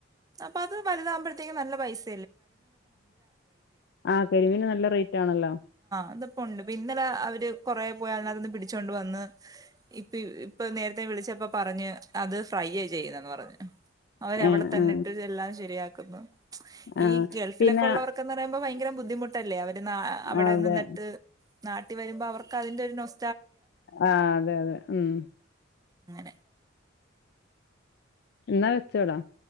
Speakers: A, on the right; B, on the left.
A: അപ്പ അത് വലുതാവുമ്പഴത്തേനും നല്ല പൈസ്
B: ആഹ് കരിമീന് നല്ല റേറ്റാണല്ലോ
A: അതിപ്പ ഒണ്ണ് പിന്നെലാ അവര് കൊറേ പോയി അതിനാത്ത്ന്ന് പിടിച്ചോണ്ട് വന്ന് ഇപ്പി ഇപ്പ നേരത്തെ വിളിച്ചപ്പം പറഞ്ഞെ അത് ഫ്രൈയ്യെ ചെയ്തന്ന് പറഞ്ഞ് അവര്
B: ആ
A: അവിടെ തന്നെ
B: ആ
A: ഇട്ട് എല്ലാം ശരിയാ ക്കന്ന്
B: ആ
A: ഈ ഗൾഫിലൊക്കെ
B: പിന്നെ
A: ഉള്ളവർക്കന്ന് പറയുമ്പോ ഭയങ്കര ബുദ്ധിമുട്ട് ട്ടല്ലേ അവ ഇ ന്ന് അവിടെ
B: അതെ
A: നിന്നിട്ട് ട്ട്‌ നാട്ടി വരുമ്പോ അവക്ക് അതിന്റെ ഒരു നൊസ
B: ആ അതെ അതെ ഉം
A: അങ്ങനെ
B: എന്നാ വെച്ചോടാ